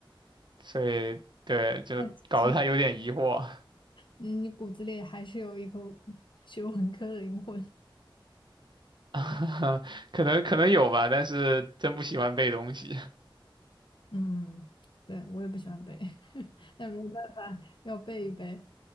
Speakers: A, on the right (about 60°); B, on the left (about 65°).
A: 所以对，就搞得他有点疑惑。
B: 那其实你你骨子里还是有一个学文科的灵魂。
A: <laughs> 可能可能有吧，但是真不喜欢背东西。
B: 嗯，对，我也不喜欢背，<laughs> 但没有办法，要背一背。